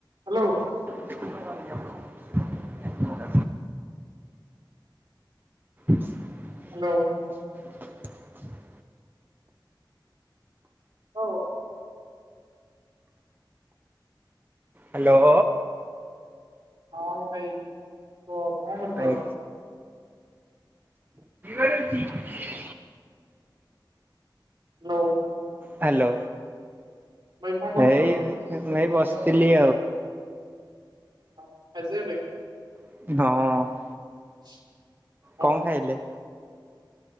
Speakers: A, on the right; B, on the right.
A: Hello.
B: ନ ଏହାପରନ୍ତି <inaudible>
A: hello.
B: <inaudible>
A: ଲୋ
B: hello.
A: ହଁ ଭାଇ କୁହ କଣ
B: ଭାଇ
A: କରୁଥିଲ?
B: <inaudible>
A: ହ୍ୟାଲୋ।
B: ହ୍ୟାଲୋ
A: ଭାଇ କଣ କରୁଛ?
B: ଏଇଁ ଏଇ ବସିଥିଲି ଆଉ।
A: ହଁ ଖାଇଶାରିଲେ?
B: ହଁ।
A: <inaudible>
B: କଣ ଖାଇଲେ?